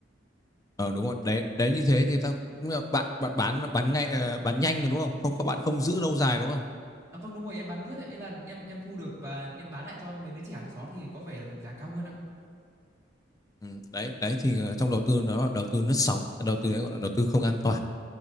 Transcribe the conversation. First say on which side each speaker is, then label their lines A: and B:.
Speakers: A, on the left (about 20°); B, on the right (about 15°).
A: Ờ, đúng rồi. Đấy, đấy như thế thì ta bạn bạn bán bán ngay ờ, bán nhanh rồi đúng không? Không các bạn không giữ lâu dài đúng không?
B: à, vâng đúng rồi em bán lướt ấy, ý là em em thu được và em bán lại cho mấy đứa trẻ hàng xóm thì có vẻ là được giá cao hơn ạ
A: Ừ, đấy, đấy thì ờ, trong đầu tư nó là đầu tư lướt sóng, đầu tư ấy gọi là đầu tư không an toàn.